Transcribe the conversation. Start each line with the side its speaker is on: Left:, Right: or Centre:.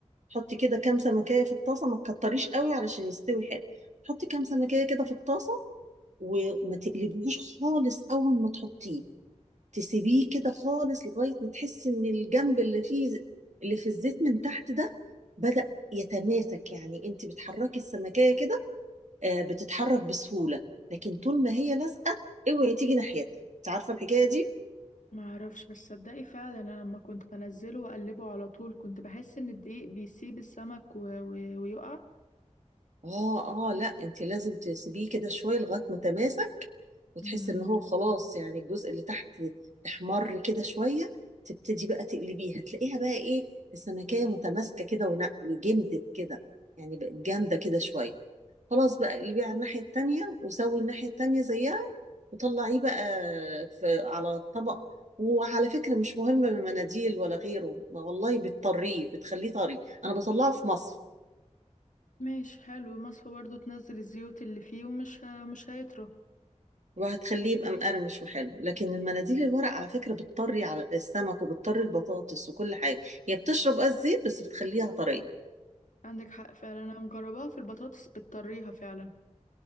Right: تحطي كده كام سمكية في الطاسة ما تكتريش قوي علشان يستوي حلو تحطي كام سمكية كده في الطاسة وما تقلبوش خالص أول ما تحطيه تسيبيه كده خالص لغاية ما تحسي إن الجنب اللي فيه اللي في الزيت من تحت ده بدأ يتماسك يعني أنت بتحركي السمكية كده آه بتتحرك بسهولة لكن طول ما هي لازقة اوعي تيجي ناحيتها أنت عارفة الحكاية دي؟
Left: معرفش بس صدقي فعلا أنا لما كنت بنزله وأقلبه على طول كنت بحس إن الدقيق بيسيب السمك و... و... ويقع
Right: اه اه لا انت لازم تسيبيه كده شويه لغايه ما تماسك وتحس
Left: مم.
Right: ان هو خلاص يعني الجزء اللي تحت احمر كده شويه تبتدي بقى تقلبيه هتلاقيها بقى ايه السمكيه متماسكه كده ون- وجمدت كده يعني بقت جامده كده شويه خلاص بقى اقلبيه على الناحيه التانيه وسوي الناحيه التانيه زيها وطلعيه بقى في على الطبق وعلى فكره مش مهم المناديل ولا غيره ما والله بتطريه بتخليه طري انا بطلعه في مصفى
Left: ماشي حلو مصفى برضو تنزل الزيوت اللي فيه ومش ه... مش هيطرى
Right: وهتخليه يبقى مقرمش وحلو لكن المناديل الورق على فكرة بتطري على السمك وبتطري البطاطس وكل حاجة هي بتشرب قصدي زيت بس بتخليها طرية
Left: عندك حق فعلا انا مجرباها في البطاطس بتطريها فعلا